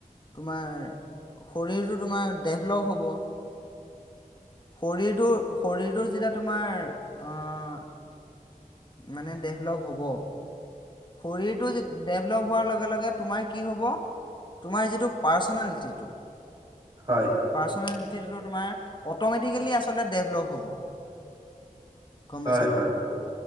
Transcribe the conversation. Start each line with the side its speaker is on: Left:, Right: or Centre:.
Left: তোমাৰ শৰীৰটো তোমাৰ ডেভলপ হ'ব। শৰীৰটোৰ শৰীৰটোৰ যেতিয়া তোমাৰ, আহ মানে ডেভলপ হ'ব। শৰীৰটো যে ডেভ লভ হোৱাৰ লগে লগে তোমাৰ কি হ'ব তোমাৰ যিটো পাৰ্চনেলিটিটো
Right: হয়
Left: পাৰ্চনেল টো তোমাৰ অতম কিলি আচলতে ডেভলপ হ'ব। গম
Right: হয়
Left: পাইছ নাই?
Right: হয়